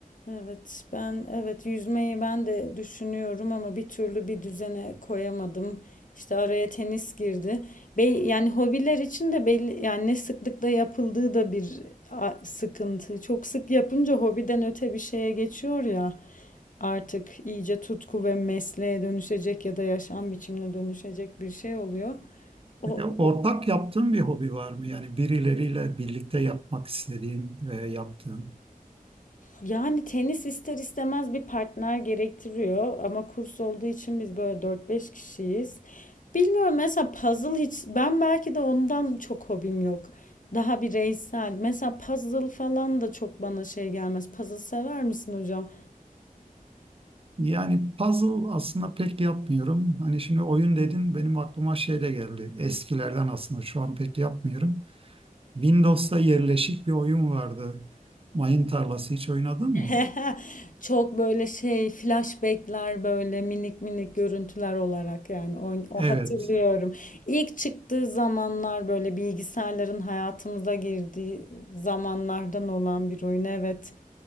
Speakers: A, on the left (about 60°); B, on the right (about 40°).
A: Evet, ben evet yüzmeyi ben de düşünüyorum ama bir türlü bir düzene koyamadım. İşte araya tenis girdi. Be yani hobiler için de belli yani ne sıklıkla yapıldığı da bir a- sıkıntı. Çok sık yapınca hobiden öte bir şeye geçiyor ya. Artık iyice tutku ve mesleğe dönüşecek ya da yaşam biçimine dönüşecek bir şey oluyor. O,
B: Peki ortak yaptığın bir hobi var mı? Yani birileriyle birlikte yapmak istediğin ve yaptığın.
A: Yani tenis ister istemez bir partner gerektiriyor ama kurs olduğu için biz böyle dört beş kişiyiz. Bilmiyorum mesela puzzle hiç ben belki de ondan çok hobim yok. Daha bireysel. Mesela puzzle falan da çok bana şey gelmez. Puzzle sever misin hocam?
B: Yani puzzle aslında pek yapmıyorum. Hani şimdi oyun dedin benim aklıma şey de geldi. Eskilerden aslında şu an pek yapmıyorum. Windows'ta yerleşik bir oyun vardı. Mayın tarlası hiç oynadın
A: <laughs>
B: mı?
A: Çok böyle şey flashbackler böyle minik minik görüntüler olarak yani o, o
B: Evet.
A: hatırlıyorum. İlk çıktığı zamanlar böyle bilgisayarların hayatımıza girdiği zamanlardan olan bir oyun evet.